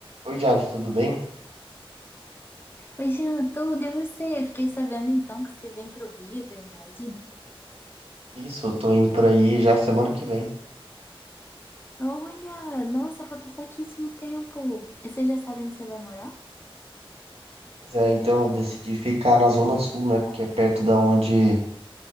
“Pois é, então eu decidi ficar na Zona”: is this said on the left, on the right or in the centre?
Right